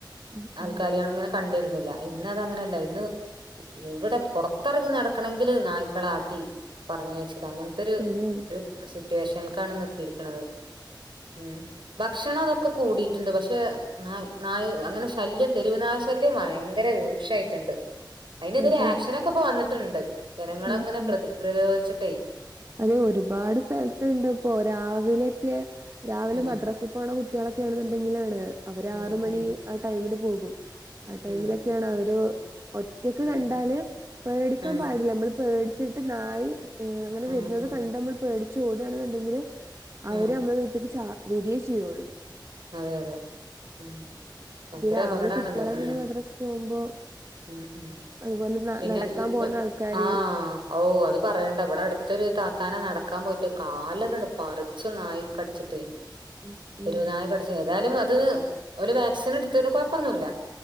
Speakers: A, on the right (about 35°); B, on the right (about 85°).
A: ഉം
B: നാൽക്കാലിയാണ്
A: ഉം
B: അങ്ങനെ കണ്ടി രുന്നില്ല ഇന്ന അത അങ്ങനെയല്ല ഇന്ന് എവിടെ പുറത്തിറങ്ങി നടക്കണെങ്കില് നായ്ക്കളാട്ടി പറഞ്ഞയച്ച് അങ്ങനത്തൊരു
A: ശരിയാണ്
B: ഒരു റ്റുവേഷൽക്കാണ് ഇന്ന് എത്തിയിരിക്ക്ണത് ഉം ഭക്ഷണം അതൊക്കെ കൂടിയിട്ടുണ്ട് പക്ഷെ ന നായ അങ്ങനെ ശല്യം തെരുവുനായ ശല്യം ഭയങ്കര രൂക്ഷായിട്ടുണ്ട് അതിനനെതിരെ
A: അതെ
B: ആക്ഷന
A: അതെ
B: ക്കപ്പോ വന്നിട്ടുണ്ട് ജനങ്ങളങ്ങനെ
A: ഉം ഉം
B: പ്ര പ്രതിരോധിച്ചി ട്ട്
A: അതെ ഒരുപാട് സ്ഥലത്തുണ്ട് ഇപ്പോ രാവിലെക്കെ രാവിലെ
B: ഉം
A: മദ്രാസിൽ പോണ കു കുട്ടികളൊക്കെ ആണന്നുണ്ടങ്കി ലാണ് അവര്
B: ഉം
A: ആറ് മണി
B: ഉം
A: ആ ടൈമിൽ പോകു ആ ടൈമിലൊക്കെയാണ്
B: ഉം
A: അവര് ഒറ്റക്ക്
B: ഉം
A: കണ്ടാല് പേടിക്കാൻ
B: ഉം
A: പാടില്ല നമ്മള് പേടി <unintelligible> അങ്ങനെ വരൂ
B: ഉം
A: ന്നത്
B: ഉം
A: കണ്ട നമ്മൾ പേടി ചൂടാണനെണ്ടണെങ്കില് അവര്
B: ഉം
A: നമ്മളെ മേത്തുകു ചാ വരിയേ ചെയ്യുള്ളൂ
B: അതെ അതെ മ് ഭയങ്കര
A: പിന്നെ രാവിലെ
B: അപകടാണത്
A: കുട്ടികളെ ഇങ്ങനെ
B: മ്
A: മദ്രസക്ക് പോകുമ്പോ
B: മ് മ്
A: അതുപോലെ ന-
B: പിന്നെ
A: നടക്കാൻ
B: ന്ന
A: പോണ ആൾക്കാര്
B: ആഹ് ഓഹ് അത് പറയണ്ട ഇവിടെ അട്ത്തൊരു താത്താനെ നടക്കാൻ പോയിട്ട് കാലോക്കണ്ട് പറിച്ച് നായ് കടിച്ചിട്ട്
A: മ്
B: തെരുവ്
A: മ്
B: നായ കടിച്ച് ഏതായാലും അത് ഓല് വാക് സിൻ ഇട്ത്തിട്ട് കെഴപ്പന്നുല്ല.